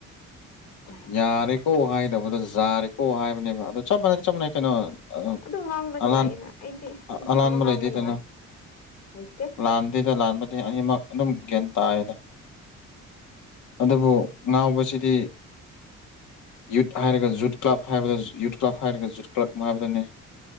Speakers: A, on the left; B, on the left.
A: ꯋꯥ ꯌꯥꯝ
B: ꯌꯥꯔꯦꯀꯣ
A: ꯁꯥꯏꯌꯦ
B: ꯍꯥꯏꯒꯗꯧꯕꯗ ꯖꯥꯔꯦꯀꯣ ꯍꯥꯏꯕꯅꯦꯕ ꯑꯗꯨ ꯆꯞ ꯃꯥꯟꯅꯩ ꯆꯞ ꯃꯥꯟꯅꯩ ꯀꯩꯅꯣ ꯑꯗꯨꯝ
A: ꯑꯗꯨ ꯉꯥꯡꯕ
B: ꯑꯂꯥꯟ
A: ꯅꯨꯡꯉꯥꯏꯌꯦꯅ ꯑꯩꯗꯤ ꯑꯁꯤꯒꯨꯝꯕ
B: ꯑꯂꯥꯟꯕ
A: ꯉꯥꯡꯕ
B: ꯂꯩꯇꯦ
A: ꯅꯨꯡꯉꯥꯏ
B: ꯗꯅ
A: ꯍꯩꯇꯦ
B: ꯂꯥꯟꯗꯦꯗ ꯂꯥꯟꯕ ꯑꯩꯗꯤ ꯑꯅꯤꯃꯛ ꯑꯗꯨꯝ ꯒ꯭ꯌꯥꯟ ꯇꯥꯏꯌꯦꯗ ꯑꯗꯨꯕꯨ ꯉꯥꯎꯕꯁꯤꯗꯤ <inaudible> ꯌꯨꯠ ꯍꯥꯏꯔꯒ ꯖꯨꯠ ꯀ꯭ꯂꯕ ꯍꯥꯏꯕꯗ ꯌꯨꯠ ꯀ꯭ꯂꯕ ꯍꯥꯏꯔꯒ ꯖꯨꯠ ꯀ꯭ꯂꯕ ꯍꯥꯏꯕꯗꯨꯅꯤ